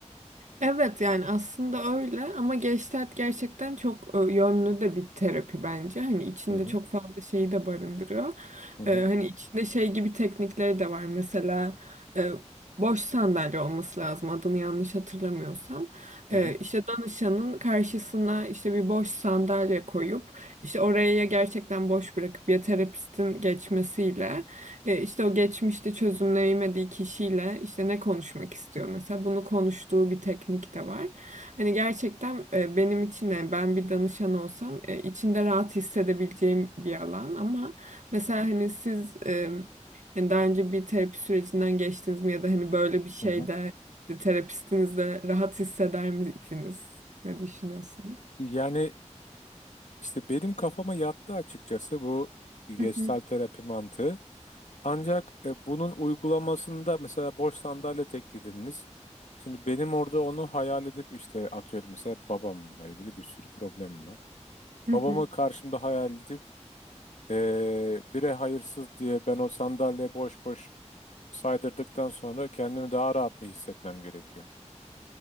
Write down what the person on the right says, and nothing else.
Evet yani aslında öyle ama Gestalt gerçekten çok e, yönlü de bir terapi bence. Hani içinde
çok fazla şeyi de barındırıyor.
E,
hani içinde şey gibi teknikleri de var. Mesela e, boş sandalye olması lazım adını yanlış hatırlamıyorsam. E,
işte danışanın karşısına işte bir boş sandalye koyup işte oraya ya gerçekten boş bırakıp ya terapistin geçmesiyle e, işte o geçmişte çözümleyemediği kişiyle işte ne konuşmak istiyor mesela bunu konuştuğu bir teknik de var. Hani gerçekten e, benim için yani ben bir danışan olsam e, içinde rahat hissedebileceğim bir alan ama mesela hani siz e, hani daha önce bir terapi sürecinden geçtiniz mi ya da hani böyle bir şeyde
işte terapistinizle rahat hisseder miydiniz? Ne düşünüyorsunuz?
Hı hı.
Evet.